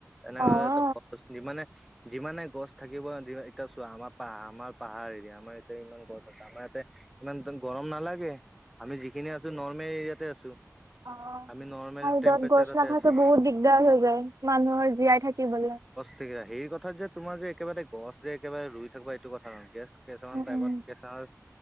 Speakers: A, in the centre; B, on the right.
A: এনেকাহলে
B: অ অ
A: ত ত <inaudible> চ যিমানে যিমানে গছ থাকিব এতিয়া চোৱা আমাৰ পাহাৰ আমাৰ পাহাৰ এৰিয়া আমাৰ ইয়াতে ইমান গছ আছে আমাৰ ইয়াতে। ইমান গৰম নালাগে, আমি যিখিনি আছো নৰ্মেল এৰিয়াতে আছো।
B: অ আৰু
A: আমি নৰ্মেল টেম্পৰেচাৰতে
B: য'ত গছ নাথাকে
A: আছো
B: বহুত দিগদাৰ হৈ যায় মানুহৰ জীয়াই থাকিবলে।
A: সেই কথাত যে তোমাৰ যে একেবাৰে গছ যে একেবাৰে ৰুই থাকিবা এইটো কথা নহয় গেছ কিছুমান
B: উম
A: টাইমত
B: উম
A: কিছুমান